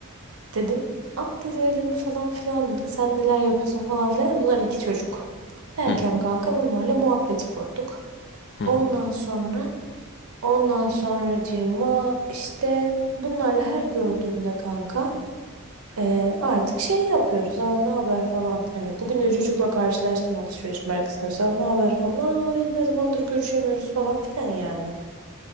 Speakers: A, on the right (about 75°); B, on the left (about 50°).
A: Dedim. Ah dedi öyle mi falan filan. Sen neler yapıyorsun falan filan. Bunlar iki çocuk. Derken
B: hı,
A: kanka bunlarla muhabbeti kurduk.
B: hı, hı.
A: Ondan sonra ondan sonracığıma işte bunlarla her gördüğümde kanka ee, artık şey yapıyoruz. Aa ne haber falan. Hani bugün de çocukla karşılaştım alışveriş merkezinde. Mesela ne haber falan. Aa dedi, ne zamandır görüşemiyoruz falan filan yani.